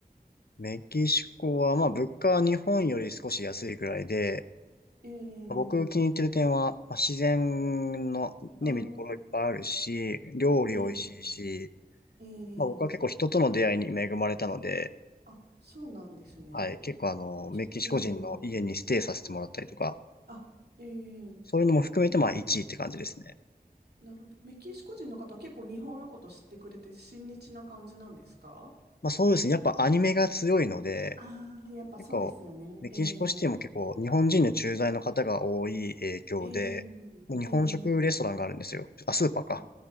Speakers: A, on the left; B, on the right.
A: メキシコは、まあ、物価は日本より少し安いぐらいで、
B: ええ
A: 僕気に入ってる点は、まあ、自然のね、
B: ああ、
A: 見どころいっぱいあるし、料理美味しいし、
B: ええええ
A: まあ、僕は結構人との出会いに恵まれたので、
B: あ、そうなんですね。
A: はい。結構あの、メキシコ人の家にステイさせてもらったりとか、
B: そええあ、ええ
A: そういうのも含めて、
B: メ
A: まあ1位って感じですね。
B: なるほど。メキシコ人の方は結構日本のこと知ってくれて親日な感じなんですか
A: まあそうですね。やっぱアニメが強いので、
B: ああー、やっぱそうですよね。
A: 結構、メキシコシティも結構日本人の駐在の方が多い影響で、
B: ええええええ
A: もう日本食レストランがあるんですよ。あ、スーパーか。
B: あ、